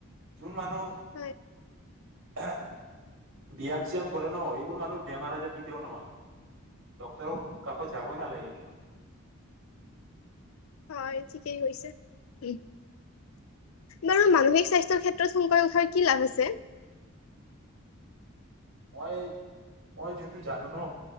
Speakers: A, on the right (about 75°); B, on the left (about 80°).
A: যোন মানুহ
B: হয়
A: <unintelligible> ব্যায়াম চিয়াম কৰে ন এইবোৰ মানুহ বেমাৰ আজাৰ কেতিয়াও নহয় ড্ক্তৰক কাষত যাবই নালাগে এইবোৰ
B: হয় ঠিকেই কৈছে উ বাৰু মানসিক স্বাস্থ্যৰ ক্ষেত্ৰত সোনকালে উঠাৰ কি লাভ আছে
A: মই মই যোনটো জানো ন